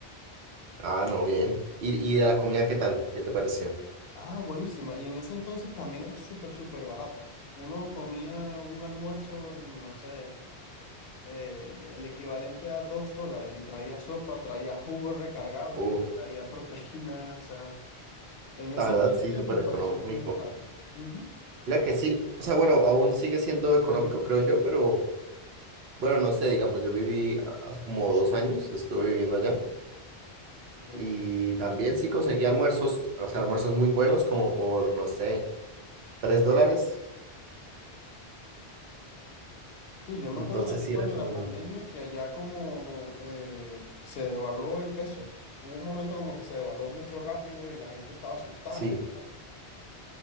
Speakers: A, on the right; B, on the left.
A: Ah, no, bien. ¿Y, y de la comida qué tal? ¿Qué te pareció?
B: Ah, buenísima. Y en ese entonces también era súper, súper barata. Uno comía un almuerzo, en, no sé. eh, el equivalente a dos dólares y traía sopa, traía jugo recargable,
A: Uf,
B: traía proteína, o sea, en ese
A: la verdad
B: entonces
A: sí, súper
B: me
A: económico.
B: pareció muy barato. Ujú,
A: Mira que sí, o sea, bueno, aún sigue siendo económico, creo yo, pero bueno, no sé, digamos, yo viví a- hace como dos años, estuve viviendo allá
B: ok.
A: y también sí conseguí almuerzos, o sea, almuerzos muy buenos como por, no sé. tres dólares.
B: Sí, yo me
A: Entonces
B: acuerdo también
A: sí
B: cuando
A: era como,
B: la pandemia que allá como eh, se devaluó el peso, hubo un momento como que se devaluó mucho rápido y la gente estaba asustada
A: sí.
B: y tal.